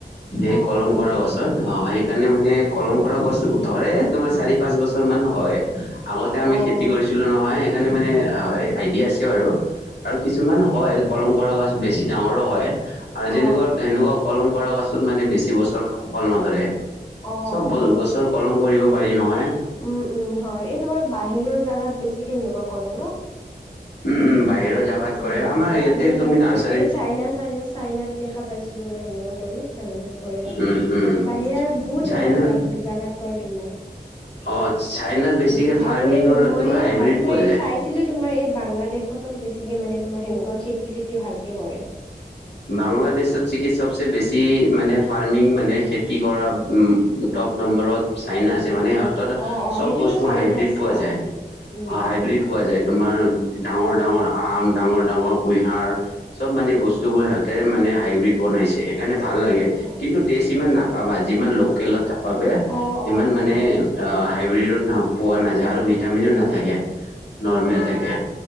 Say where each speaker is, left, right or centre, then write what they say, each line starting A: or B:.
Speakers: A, on the left; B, on the left.
A: সেই
B: অ',
A: কলম কৰা গছত অ স সেইকাৰণে মানে কলম কৰা গছ ধৰে তোমাৰ চাৰি পাঁচ বছৰ মান হয় আগতে
B: অ',
A: আমি খেতি কৰিছিলো নহয়। ণে মানে আইডিয়া আছে বাৰু। আৰু কিছুমান হয় কলম কৰা গছ বেছি ডাঙৰো হয়। আৰু
B: অ',
A: যেনেকুৱা
B: আচ্ছা।
A: সেনেকুৱা কলম কৰ কাছত মানে বেছি বছৰ সফল নধৰে।
B: অ',
A: চব
B: অ',
A: বছ গছৰ কলম কৰিব পাৰি নহয়
B: উম উম হয় এই তোমাৰ বাহিৰৰ জাগাত বেছিকে সেনেকুৱা কৰে ন
A: উম উম। বাহিৰৰ জাগাত
B: উম
A: কৰে আমাৰ
B: বাহিৰৰ
A: ইয়াতে তুমি
B: জোগাতটোো
A: নাৰ্চাৰী
B: এই চাইনা চাইনা চাইনাত দেখা পাইছিলো মই সেনেকুৱা কৰি চাইনাত কৰে
A: উম উম
B: আৰু বাহিৰা বহুত
A: চাইনাত
B: এনেকুৱা জোগাত কৰে তোমাৰ
A: অ চাইনাত বেছিকে
B: উম
A: ফাৰ্মিঙৰ
B: আৰু এই মই
A: তোমাৰ
B: এই
A: হাইব্ৰীড
B: ভ মই
A: পোৱা যায়
B: চাইছিলো তোমাৰ এই বাংলাদেশতো বেছি গতিকে মানে তোমাৰ সেনেকুৱা খেতি চেতি ভালকে কৰে
A: বাংলাদেশত চ কি সবচে বেছি মানে ফাৰ্মিং মানে খেতি কৰা উ টপ নম্বৰ ত চাইনছ মানে সিহঁত
B: অ', অ',
A: চব
B: সেইটোতো
A: বস্তু
B: চাইনা
A: হাইব্ৰীড
B: আছে
A: পোৱা যায়।
B: অ', উম,
A: অহ
B: উম,
A: হাইব্ৰীড পোৱা যায়। তোমাৰ ডাঙৰ -ডাঙৰ আম ডাঙৰ -ডাঙৰ কুঁহিয়াৰ চব মানে
B: উম,
A: বস্তু।
B: উম,
A: সিহঁতে মানে হাইব্ৰীড বনাইছে সেইকাৰণে ভাল লাগে,
B: অ'।
A: কিন্তু টেষ্ট ইমান নাপাবা যিমান লোকেলত থাক বাবে
B: অ',
A: ইমান
B: অ', হয়
A: মানে
B: সেইটোতো হয়,
A: হাইব্ৰীডত পোৱা নাযায় আৰু ভিটামিনো
B: উম,
A: নাথাকে
B: উম,
A: নৰ্মেল
B: অ'।
A: থাকে।